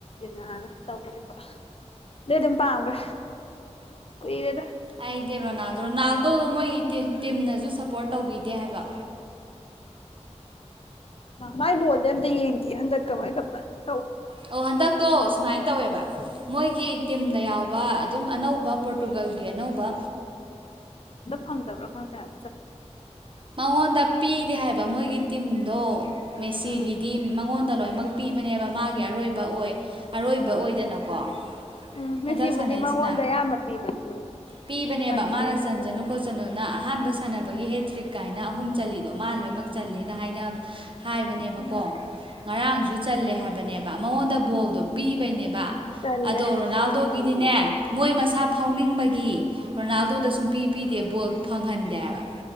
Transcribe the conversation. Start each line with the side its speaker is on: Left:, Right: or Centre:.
Left: ꯅ ꯇꯕ ꯄꯥꯡꯕ ꯀꯏꯔꯗ
Right: ꯑꯩꯗꯤ ꯔꯣꯅꯥꯜ ꯔꯣꯅꯥꯜꯗꯣꯗꯣ ꯃꯣꯏꯒꯤ ꯇꯤꯝꯅꯁꯨ ꯁꯞꯄꯣꯔꯠ ꯇꯧꯕꯤꯗꯦ ꯍꯥꯏꯕ
Left: ꯃꯥꯏꯕꯣꯗꯤ ꯑꯝꯇ ꯌꯦꯡꯗꯦ ꯍꯟꯗꯛ ꯀꯃꯥꯏ ꯀꯃꯥꯏꯅ ꯇꯧꯕ
Right: ꯑꯣ ꯍꯟꯗꯛꯇꯣ ꯁꯨꯃꯥꯏꯅ ꯇꯧꯋꯦꯕ ꯃꯣꯏꯒꯤ ꯇꯨꯝꯗ ꯌꯥꯎꯕ ꯑꯗꯨꯝ ꯑꯅꯧꯕ ꯄꯣꯔꯇꯨꯒꯜꯒꯤ ꯑꯅꯧꯕ
Left: ꯍꯪꯗꯕ꯭ꯔꯣ ꯍꯪ ꯆ
Right: ꯃꯉꯣꯟꯗ ꯄꯤꯗꯦ ꯍꯥꯏꯕ ꯃꯣꯏꯒꯤ ꯇꯤꯝꯗꯣ ꯃꯦꯁꯤꯒꯤꯗꯤ
Left: ꯎꯝ
Right: ꯃꯉꯣꯟꯗ ꯂꯣꯏꯅꯃꯛ ꯄꯤꯕꯅꯦꯕ ꯃꯥꯒꯤ ꯑꯔꯣꯏꯕ ꯑꯣꯏ ꯑꯔꯣꯏꯕ ꯕ ꯑꯣꯏꯗꯅꯀꯣ
Left: ꯎꯝ ꯃꯦꯁꯤꯕꯨꯗꯤ
Right: ꯍꯟꯗꯛ ꯁꯥꯟꯅꯩꯁꯤꯅ
Left: ꯃꯉꯣꯟꯗ ꯑꯌꯥꯝꯕ ꯄꯤꯕꯅꯦ ꯎꯝ
Right: ꯄꯤꯕꯅꯦꯕ
Left: ꯃꯥꯔꯇꯤꯅꯦꯁꯀꯤꯁꯨ
Right: ꯃꯥꯅ ꯆꯟꯁꯅꯨ ꯈꯣꯠꯆꯅꯨꯅ ꯑꯍꯥꯟꯕ ꯁꯥꯟꯅꯕꯒꯤ ꯍꯦ ꯇ꯭ꯔꯤꯛ ꯀꯥꯏꯅ ꯑꯍꯨꯝ ꯆꯠꯂꯤ ꯑꯗꯣ ꯃꯥ ꯂꯣꯏꯅꯃꯛ ꯆꯜꯂꯦꯒ ꯍꯥꯏꯅ ꯍꯥꯏꯕꯅꯦꯕꯀꯣ
Left: ꯎꯝ
Right: ꯉꯔꯥꯡꯁꯨ ꯆꯜꯂꯦ ꯍꯥꯏꯕ ꯅꯦꯕ ꯃꯉꯣꯟꯗ ꯕꯣꯜꯗꯣ ꯄꯤꯕꯩꯅꯦꯕ
Left: ꯇꯜꯂꯦ
Right: ꯑꯗꯣ ꯔꯣꯅꯥꯜꯗꯣꯒꯤꯗꯤꯅꯦ
Left: ꯑꯉꯥꯡꯁꯦ
Right: ꯃꯣꯏ ꯃꯁꯥ ꯐꯥꯎꯅꯤꯡꯕꯒꯤ ꯔꯣꯅꯥꯜꯗꯣꯗ ꯁꯨꯡ ꯄꯤ ꯄꯤꯗꯦ ꯕꯣꯜ ꯐꯪꯍꯟꯗꯦ ꯍꯥꯏꯕ